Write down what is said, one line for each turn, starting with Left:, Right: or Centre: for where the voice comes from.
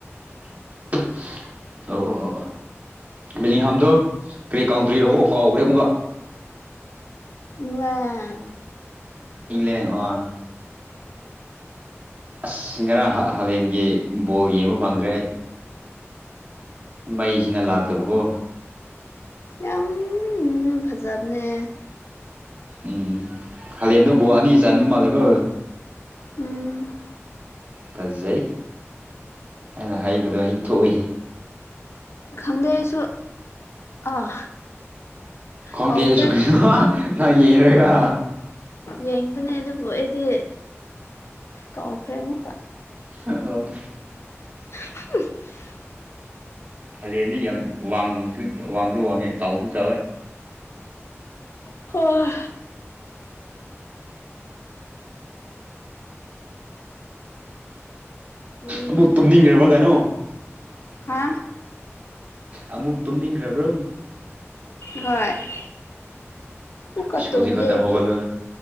Right: <unintelligible> ꯕꯤꯂꯤꯡꯍꯥꯥꯝꯗꯣ ꯀꯔꯤ ꯀꯥꯎꯟꯇ꯭ꯔꯤꯔꯣ ꯀꯥꯎꯈ꯭ꯔꯦ ꯑꯃꯨꯛꯀ
Left: ꯏꯪꯂꯦꯜ
Right: ꯏꯪꯂꯦꯜ ꯑꯣ ꯑꯁ ꯉꯔꯥꯡ ꯍꯥ ꯍꯂꯦꯟꯒꯤ ꯕꯣꯜ ꯌꯦꯡꯕ ꯐꯪꯗ꯭ꯔꯦ ꯑꯩ ꯃꯩꯁꯤꯅ ꯂꯥꯛꯇꯕꯀꯣ
Left: ꯌꯥꯝ ꯐꯖꯕꯅꯦ
Right: ꯎꯝ ꯍꯥꯂꯦꯟꯗꯣ ꯒꯣꯜ ꯑꯅꯤ ꯆꯟꯕ ꯃꯥꯜꯂꯦꯀꯣ
Left: ꯎꯝ
Right: ꯐꯖꯩ ꯑꯩꯅ ꯍꯩꯕꯗꯣ ꯍꯦꯛ ꯊꯣꯛꯏꯍꯦ
Left: ꯈꯪꯗꯦ ꯑꯩꯁꯨ ꯑꯥ
Right: ꯈꯣꯡꯗꯦ
Left: ꯀꯥꯎꯈ꯭ꯔꯦ
Right: ꯑꯩꯁꯨ ꯀꯩꯅꯣ ꯅꯪ ꯌꯦꯡꯉꯒ
Left: ꯌꯦꯡꯕꯅꯦ ꯑꯗꯨꯕꯨ ꯑꯩꯗꯤ ꯀꯧꯈ꯭ꯔꯦ ꯑꯃꯨꯛꯀ
Right: <unintelligible> ꯑꯣ
Left: <unintelligible>
Right: ꯍꯥꯂꯦꯟꯗ ꯌꯥꯝ ꯋꯥꯡꯁꯨ ꯋꯥꯡꯁꯨ ꯋꯥꯡꯉꯦ ꯆꯥꯎꯁꯨ ꯆꯥꯎꯋꯦ
Left: ꯍꯣꯏ ꯎꯝ
Right: ꯑꯃꯨꯛ ꯇꯨꯝꯅꯤꯡꯈ꯭ꯔꯕ ꯀꯩꯅꯣ
Left: ꯍꯥ
Right: ꯑꯃꯨꯛ ꯇꯨꯝꯅꯤꯡꯈ꯭ꯔꯕ꯭ꯔꯣ
Left: ꯍꯣꯏ ꯑꯃꯨꯛꯀ
Right: ꯏꯁ
Left: ꯇꯨꯝꯒꯦ
Right: ꯍꯧꯖꯤꯛ ꯈꯛꯇ
Left: ꯑꯩꯗꯤ
Right: ꯍꯧꯒꯠꯂ